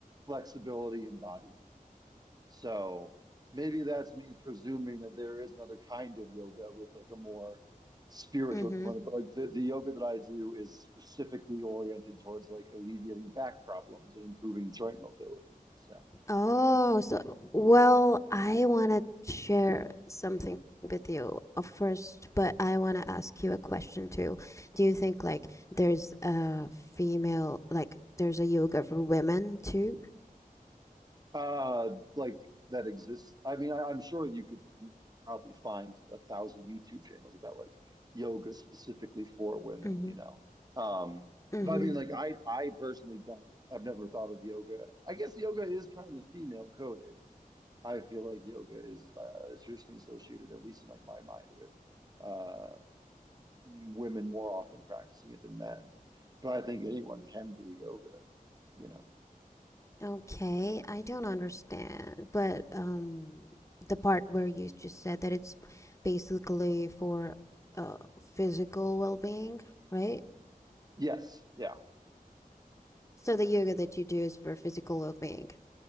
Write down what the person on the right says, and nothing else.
flexibility and body movement. So maybe that's me presuming that there is another kind of yoga with like a more spiritual
component, but like the, the yoga that I do is specifically oriented towards like alleviating back problems and improving joint mobility. So
Uh, like that exists. I mean, I, I'm sure you could, you know, probably find a thousand YouTube channels about like yoga specifically for women,
you know. Um,
but I mean, like I, I personally don't. I've never thought of yoga. I guess yoga is kind of female coded. I feel like yoga is uh, is traditionally associated, at least in like my mind, with uh, women more often practicing it than men. But I think anyone can do yoga, you know.
Yes, yeah,